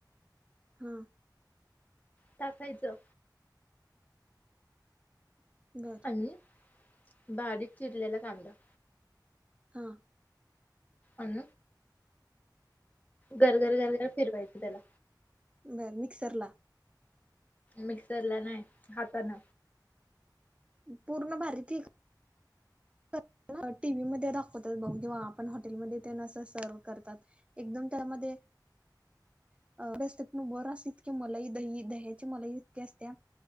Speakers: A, on the right; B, on the left.
A: हा
B: टाखायचं
A: <unintelligible>
B: आणि बारीक चिरलेला कांदा
A: हा.
B: अण घर घर घर घर. तिरवायपदला
A: बरं मिक्सर ला.
B: मिक्सरला नाही हाताान.
A: पूर्ण भारती टीव्ही मध्ये दाखवतात बघ किंवा आपण हॉटेलमध्ये सर्व करतात एकदम त्यामध्येस्त प बरं इतके मलाही दही दह्याचे मलाही इतक्या असत्या